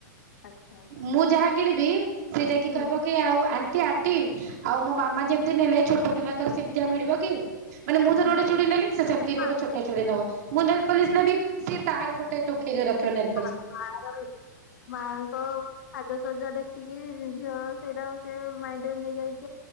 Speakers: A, on the left; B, on the right.
A: ଆଚ୍ଛା ଆଚ୍ଛା
B: ମୁଁ ଯାହା କିଣିବି ସେ ଯାଇକି
A: ହୁଁ
B: କହିବ କି ଆଉ ଆଣ୍ଟି ଆଣ୍ଟି ଆଉ ମୋ ମାମା ଯେମିତି ନେଲେ ଛୋଟ ପିଲାଙ୍କର ସେମିତିଆ ମିଳିବ କି? ମାନେ ମୁଁ
A: ହୁଁ।
B: ଥର ଗୋଟେ ଚୁଡି ନେଲି। ସେ ସେମିତିର
A: ହଁ
B: ଗୋଟେ ଛୋଟ ଚୁଡି ନବ। ମୁଁ ନେଲ୍ ପଲିସ୍ ନେବି ସେ ତାର ଗୋଟେ ଟୋକେଇରେ ରଖିବ ନେଲ୍
A: ହଁ ଆ-ଆରମ ମାଙ୍କ ସାଜସଜା ଦେଖିକି ଝିଅ ସେଇଟା କୁ ସେ ମାଇଣ୍ଡିରେ ନେଇଯାଇଚି।